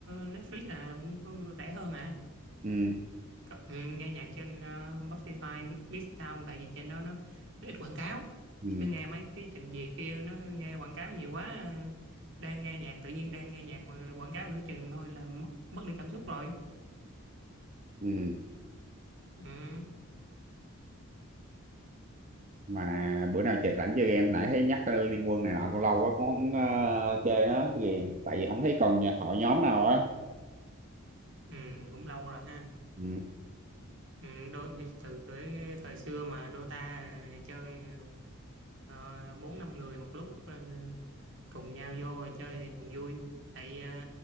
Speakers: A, on the right; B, on the right.
A: Netflix là cũng có rẻ hơn à
B: ừ
A: có, ừ, nghe nhạc trên ờ, Spotify biết sao không? tại vì trên đó nó, nó ít quảng cáo
B: ừ
A: chứ nghe mấy cái trình duyệt kia nó nghe quảng cáo nhiều quá ờ, đang nghe nhạc tự nhiên đang nghe nhạc mà quảng cáo nửa chừng thôi là mất mất đi cảm xúc rồi
B: ừ
A: ừ.
B: mà bữa nào chị rảnh chơi game nãy thấy nhắc ờ, Liên Quân này nọ cũng lâu quá cũng không ờ, chơi nó ghiền tại vì không thấy còn nhà hội nhóm nào á
A: Ừ, cũng lâu rồi ha.
B: ừ
A: Ừ, đôi khi từ cái thời xưa mà Dota chơi ờ, bốn năm người một lúc ờ, cùng nhau vô rồi chơi thì còn vui. Tại ờ,